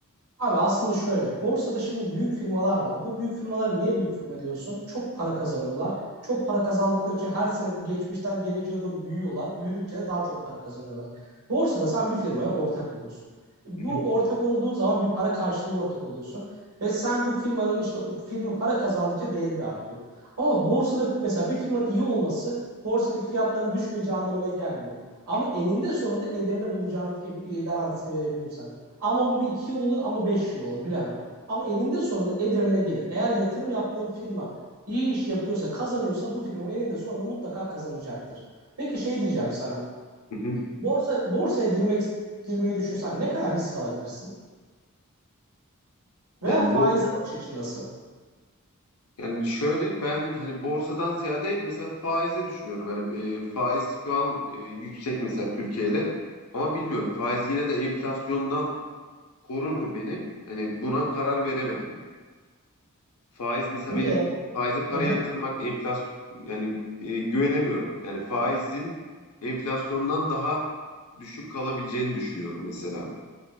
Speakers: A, on the right (about 85°); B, on the left (about 90°).
A: Abi aslında şöyle, borsada şimdi büyük firmalar var. Bu büyük firmalara niye büyük firma diyorsun? Çok para kazanıyorlar. Çok para kazandıkları için her sene bu geçmişten geleceğe doğru büyüyorlar. Büyüdükçe de daha çok para kazanıyorlar. Borsada sen bir firmaya ortak oluyorsun. Bu
B: Hı hı,
A: ortak olduğun zaman bir para karşılığında ortak oluyorsun. Ve sen bu firmanın işte firma para kazandıkça değeri de artıyor. Ama borsada mesela bir firmanın iyi olması borsadaki fiyatların düşmeyeceği anlamına gelmiyor. Ama eninde sonunda ederini bulacağını e, e, garantisini verebilirim sana. Ama bu bir iki yıl olur ama beş yıl olur bilemem. Ama eninde sonunda ederine gelir. Eğer yatırım yaptığın firma iyi iş yapıyorsa, kazanıyorsa bu firma eninde sonunda mutlaka kazanacaktır. Peki şey diyeceğim sana.
B: hı hı.
A: Borsa, borsaya girmek girmeyi düşünsen ne kadar risk alabilirsin? Veya
B: Yani
A: faize
B: bors
A: bakış açın nasıl?
B: yani şöyle ben hani borsadan ziyade mesela faize düşünüyorum. Hani e, faiz şu an e, yüksek mesela Türkiye'de. Ama bilmiyorum faiz yine de enflasyondan korur mu beni? Hani buna karar veremedim. Faiz mesela
A: Niye?
B: benim faize para
A: Hı hı.
B: yatırmak enflasyon yani e, güvenemiyorum. Yani faizin enflasyondan daha düşük kalabileceğini düşünüyorum mesela.